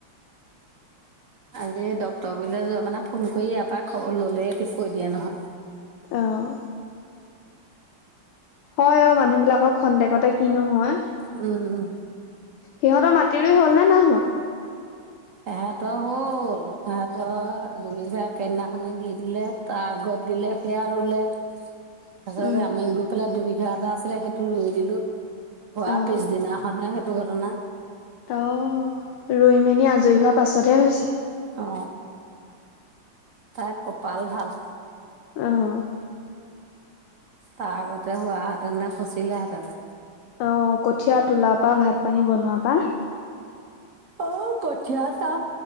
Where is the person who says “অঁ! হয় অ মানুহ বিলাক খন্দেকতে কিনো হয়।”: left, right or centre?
Left